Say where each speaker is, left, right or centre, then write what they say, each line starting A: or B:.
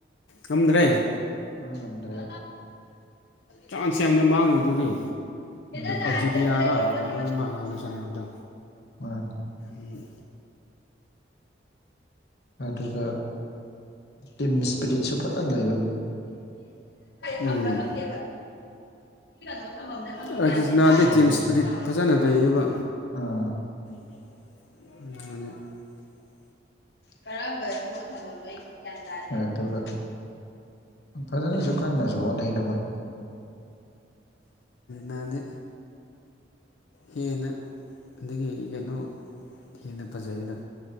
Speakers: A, on the left (about 80°); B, on the left (about 65°).
A: ꯉꯝꯗ꯭ꯔꯦ
B: ꯃꯥ ꯉꯝꯗ꯭ꯔꯦ
A: ꯆꯥꯟꯁ ꯌꯥꯝꯅ ꯃꯥꯡꯉꯤ ꯑꯗꯨꯅꯤ
B: ꯎꯝ
A: ꯑꯜꯖꯦꯔꯤꯌꯥꯔ ꯑꯩꯅ ꯃꯥꯍꯥꯂ ꯁꯅꯗꯣ
B: ꯃꯥꯅꯦ
A: ꯎꯝ
B: ꯑꯗꯨꯒ ꯇꯤꯝ ꯏꯁꯄꯤꯔꯤꯠꯁꯨ ꯐꯖꯅ ꯂꯩꯕ
A: ꯎꯝ
B: ꯈꯝ ꯔꯈꯪꯒꯦꯕ ꯁꯤ ꯀꯩꯅꯣ ꯊꯝꯐꯝꯝꯅ ꯈꯪꯗꯤꯦ
A: ꯑꯥꯔꯖꯦꯟꯇꯤꯅꯥꯗꯤ
B: ꯀꯌꯥꯦ
A: ꯇꯤꯝ ꯏꯁꯄꯤꯔꯤꯠ ꯐꯖꯅ ꯂꯩꯌꯦꯕ
B: ꯑꯥ
A: <unintelligible>
B: ꯀꯔꯃꯕ ꯐꯤꯔꯣꯜ ꯊꯝꯐꯝꯅꯣ ꯑꯩꯛ ꯒꯌ꯭ꯥꯟ ꯇꯥꯗꯦ ꯐꯖꯅꯁꯨ ꯀꯟꯅꯁꯨ ꯍꯣꯠꯅꯩꯗ ꯃꯣꯏ
A: ꯅꯗꯤ ꯍꯦꯟꯅ ꯑꯗꯒꯤ ꯀꯩꯅꯣ ꯍꯦꯟꯅ ꯐꯖꯩꯗꯣ